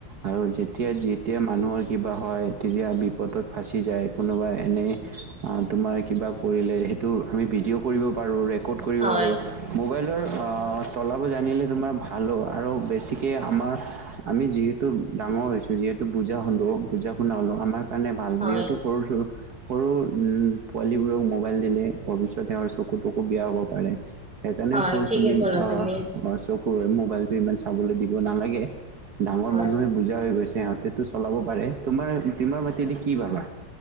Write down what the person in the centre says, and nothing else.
হয়
হয়
হয়
ঠিকে
ক'লা তুমি
হয়।